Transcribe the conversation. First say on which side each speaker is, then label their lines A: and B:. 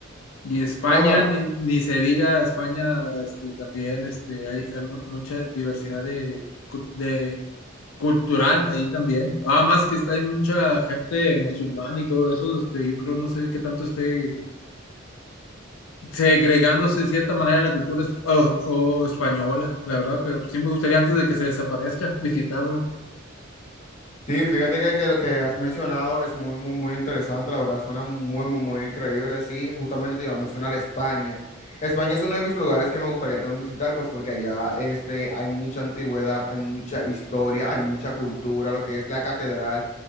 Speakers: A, on the left (about 80°); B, on the left (about 35°).
A: Y España,
B: No, la,
A: ni, ni se diga, España este, también este, hay, hay mu- mucha diversidad de, cu- de cultural ahí también. Además que está, hay mucha gente musulmana y todo eso, este, yo creo, no sé qué tanto esté segregándose de cierta manera la cultura es- o, o española, la verdad, pero sí me gustaría antes de que se desaparezca visitarla.
B: Sí, fíjate que, que lo que has mencionado es muy, muy, muy interesante, la verdad, suena muy, muy, muy increíble. Sí, justamente te iba a mencionar España. España es uno de mis lugares que me gustaría también visitar, pues porque allá este, hay mucha antigüedad, hay mucha historia, hay mucha cultura, lo que es la catedral.